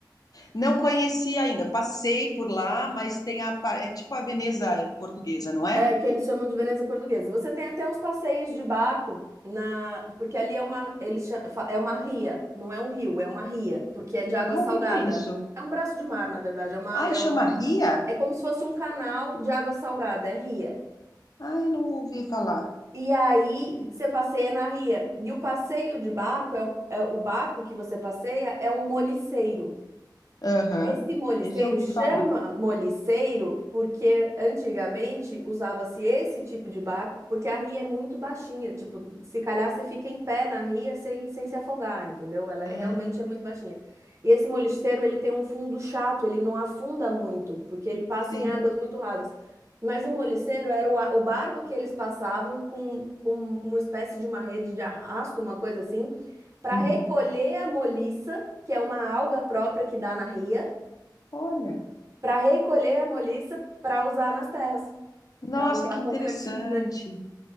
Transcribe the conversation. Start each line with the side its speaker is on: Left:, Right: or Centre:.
Left: Não conheci ainda, passei por lá, mas tem a, pa- é tipo a Veneza portuguesa, não é?
Right: É, que eles chamam de Veneza Portuguesa. Você tem até uns passeios de barco na, porque ali é uma, eles cha- fa- é uma ria, não é um rio, é uma ria, porque é de água
Left: Ah,
Right: salgada.
Left: o que que é isso?
Right: É um braço de mar, na verdade, é uma,
Left: Ai,
Right: é,
Left: chama
Right: um-
Left: Ria?
Right: é como se fosse um canal de água salgada, é ria.
Left: Ai, não ouvi falar.
Right: E aí você passeia na ria. E o passeio de barco é o, é o barco que você passeia é um moliceiro.
Left: Aham,
Right: Esse moliceiro
Left: Esse eu ouvi
Right: chama
Left: falar.
Right: moliceiro porque antigamente usava-se esse tipo de barco, porque a ria é muito baixinha, tipo, se calhar você fica em pé na ria sem, sem se afogar, entendeu? Ela
Left: Ah,
Right: é- realmente é muito baixinha. E esse moliceiro, ele tem um fundo chato, ele não afunda muito, porque ele passa
Left: sim.
Right: em águas muito rasas. Mas o moliceiro era o, a- o barco que eles passavam com, com uma espécie de uma rede de arrasto, uma coisa assim, para
Left: Uhum.
Right: recolher a moliça, que é uma alga própria que dá na ria,
Left: Olha,
Right: para recolher a moliça para usar nas terras,
Left: nossa,
Right: para usar
Left: que interessante.
Right: como fertilizante.